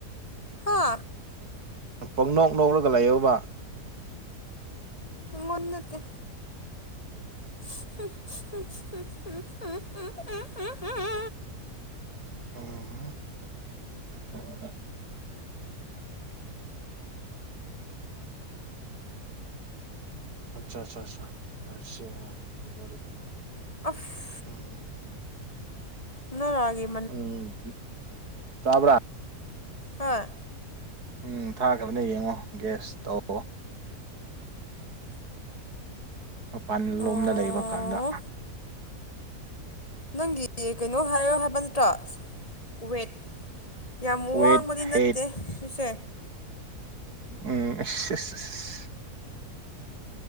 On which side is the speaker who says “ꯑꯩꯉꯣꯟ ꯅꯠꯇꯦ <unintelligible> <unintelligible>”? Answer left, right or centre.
Left